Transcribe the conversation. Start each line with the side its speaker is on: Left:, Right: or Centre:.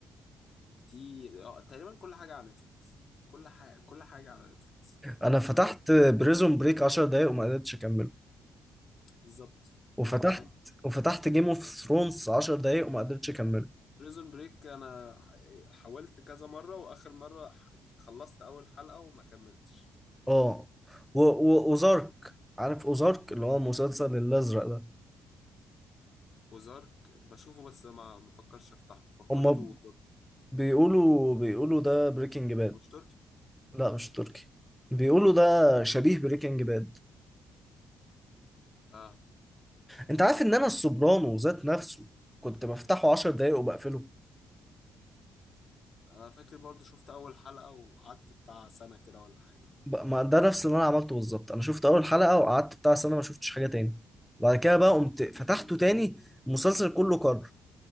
Left: كتير اه تقريبا كل حاجه على نتفليكس كل حاجه كل حاجه على نتفليكس
Centre: انا فتحت
Left: اقول لك
Centre: بريزون بريك عشر دقايق وما قدرتش اكمله
Left: بالظبط
Centre: وفتحت
Left: وانا كمان
Centre: وفتحت جيم اوف ثرونز عشر دقايق وما قدرتش اكمله
Left: بريزون بريك انا ح- حاولت كذا مره واخر مره ح- خلصت اول حلقه وما كملتش
Centre: اه و- و- وزارك عارف اوزارك اللي هو مسلسل الازرق ده
Left: وزارك بشوفه بس ما مفكرش افتحه فكرته
Centre: هما
Left: تركي
Centre: بيقولوا بيقولوا ده بريكنج باد
Left: مش تركي
Centre: لا مش تركي بيقولوا ده شبيه بريكنج باد
Left: اه
Centre: انت عارف ان انا السوبرانو ذات نفسه كنت بفتحه 10 دقايق وبقفله
Left: انا فاكر برضو شفت اول حلقة وقعدت بتاع سنة كده ولا حاجة مش
Centre: بق- ما ده نفس اللي انا عملته بالظبط انا شفت اول حلقة وقعدت بتاع سنة ما شفتش حاجة تاني بعد كده بقى قمت فتحته تاني المسلسل كله كرر